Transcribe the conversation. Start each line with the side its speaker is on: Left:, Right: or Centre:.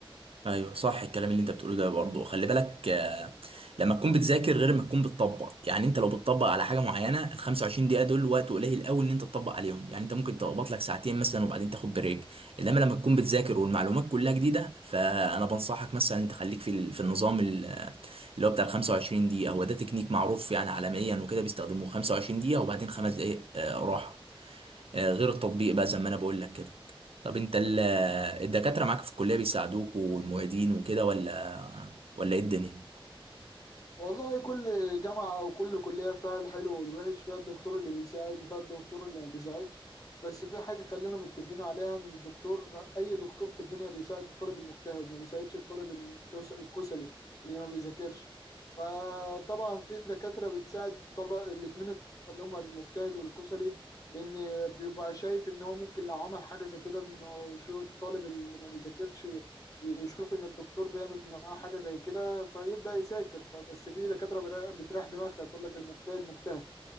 Right: ايوه صح الكلام اللي انت بتقوله ده برضه خلي بالك آه، لما تكون بتذاكر غير ما تكون بتطبق يعني انت لو بتطبق على حاجه معينه ال 25 دقيقه دول وقت قليل قوي ان انت تطبق عليهم يعني انت ممكن تقبط لك ساعتين مثلا وبعدين تاخد بريك انما لما تكون بتذاكر والمعلومات كلها جديده فانا بنصحك مثلا انت خليك في ال- في النظام ال- اللي هو بتاع ال 25 دقيقه هو ده تكنيك معروف يعني عالميا وكده بيستخدموه 25 دقيقه وبعدين خمس دقائق راحه آه، غير التطبيق بقى زي ما انا بقول لك كده طب انت ال- الدكاترة معاك في الكلية بيساعدوك والمعيدين وكده ولا ولا ايه الدنيا
Left: والله كل جامعة أو كل كلية فيها الحلو والوحش فيها الدكتور اللي بيساعد وفيها الدكتور اللي ما بيساعدش بس في حاجة خلينا متفقين عليها إن الدكتور أي دكتور في الدنيا بيساعد الطالب المجتهد ما بيساعدش الطالب الكوس- الكسلي اللي ما بيذاكرش فطبعا في دكاترة بتساعد الطلبة الاتنين الطلبة اللي هما المجتهد والكسلي لأن بيبقى شايف إن هو ممكن لو عمل حاجة زي كده إنه شو الطالب اللي ما بيذاكرش يشوف إن الدكتور بيعمل معاه حاجة زي كده فيبدا يذاكر فبس في دكاتره برا- بتريح دماغها تقول لك المجتهد مجتهد